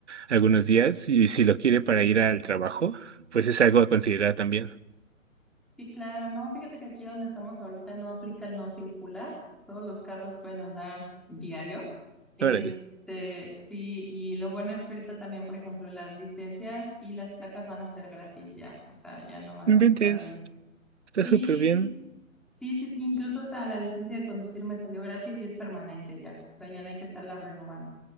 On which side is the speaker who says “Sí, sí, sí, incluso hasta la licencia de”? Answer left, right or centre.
Centre